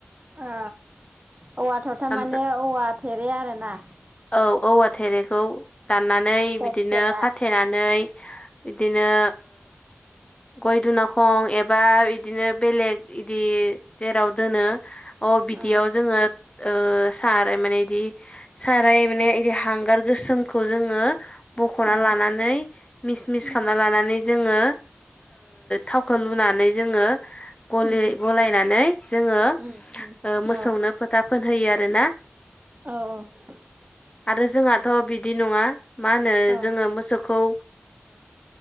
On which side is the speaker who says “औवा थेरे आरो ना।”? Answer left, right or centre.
Right